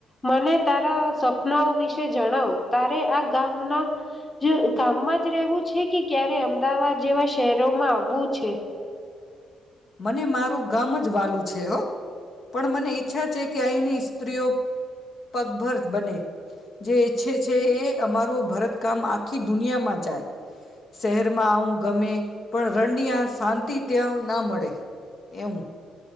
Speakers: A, on the left (about 20°); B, on the left (about 50°).
A: મને તારા સપનાઓ વિશે જણાવ તારે આ ગામના જ ગામમાં જ રહેવું છે કે ક્યારે અમદાવાદ જેવા શહેરોમાં આવવું છે?
B: મને મારું ગામ જ વાહલું છે હો. પણ મને ઈચ્છા છે અહીંની સ્ત્રીઓ પગભર બને જે ઈચ્છે છે એ અમારું ભરતકામ આ ખી દુનિયામાં જાય શહેરમાં આવું ગમે પણ રણની આ શાંતિ ત્યાં ના મળે. <inaudible> એવું.